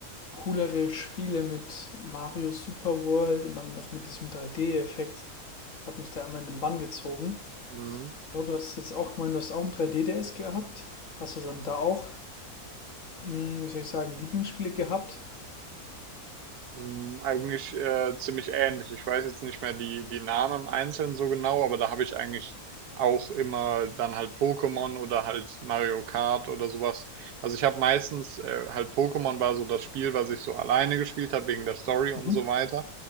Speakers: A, on the left; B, on the right.
A: coolere Spiele mit Mario Super World und dann noch mit diesem 3D-Effekt. Das hat mich da immer in den Bann gezogen.
B: Mhm.
A: Genau, du hast jetzt auch gemeint, du hast auch ein 3D-DS gehabt. Hast du dann da auch, mh, wie soll ich sagen, Lieblingsspiele gehabt?
B: Hm, eigentlich äh, ziemlich ähnlich. Ich weiß jetzt nicht mehr die, die Namen im Einzelnen so genau, aber da habe ich eigentlich auch immer dann halt Pokémon oder halt Mario Kart oder sowas. Also ich habe meistens äh, halt Pokémon war so das Spiel, was ich so alleine gespielt habe wegen der Story und
A: Mhm.
B: so weiter.